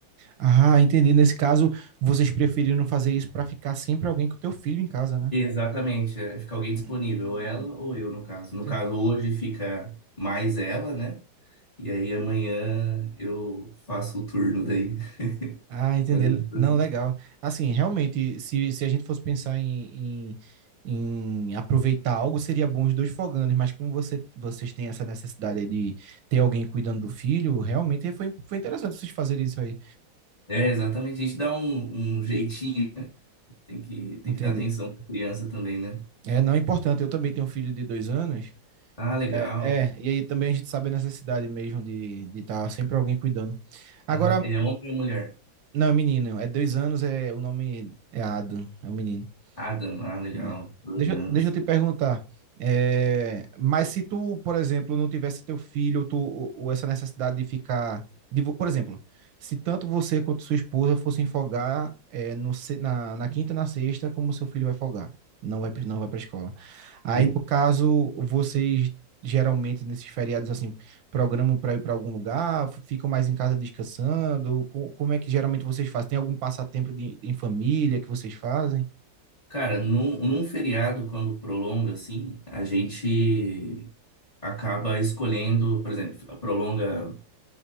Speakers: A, on the right (about 80°); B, on the left (about 20°).
A: Ah, entendi. Nesse caso, vocês preferiram fazer isso para ficar sempre alguém com o teu filho em casa, né?
B: Exatamente, é, fica alguém disponível,
A: Hum,
B: ou ela ou eu, no caso.
A: Entendi.
B: No caso, hoje fica mais ela, né? E aí amanhã eu faço o turno daí. <laughs>
A: Ah, entender.
B: Mas eu digo
A: Não,
B: assim,
A: legal. Assim, realmente, se, se a gente fosse pensar em, em, em aproveitar algo, seria bom os dois foganos, mas como você, vocês têm essa necessidade aí de ter alguém cuidando do filho, realmente foi, foi interessante vocês fazerem isso aí.
B: é exatamente, a gente dá um, um jeitinho, né? Tem que, tem
A: Entender.
B: que dar atenção pra criança também, né?
A: É, não é importante. Eu também tenho um filho de dois anos.
B: Ah, legal.
A: É, é, e aí também a gente sabe a necessidade mesmo de de estar sempre alguém cuidando. Agora,
B: Ah, Ele é homem ou mulher?
A: não, é menino, é dois anos, é o nome é Adam, é o menino.
B: Adam, ah, legal,
A: É.
B: dois
A: Deixa,
B: anos.
A: eu- deixa eu te perguntar. é, mas se tu, por exemplo, não tivesse teu filho, tu, ou, ou essa necessidade de ficar. de vo- por exemplo, se tanto você quanto sua esposa fossem folgar é, no se- na, na quinta e na sexta, como seu filho vai folgar? Não vai, pra- não vai para escola. Aí,
B: Sim.
A: no caso, vocês geralmente nesses feriados assim, programam para ir para algum lugar, f- ficam mais em casa descansando? Co- Como é que geralmente vocês fazem? Tem algum passatempo de- em família que vocês fazem?
B: Cara, num, num feriado, quando prolonga assim, a gente acaba escolhendo, por exemplo, prolonga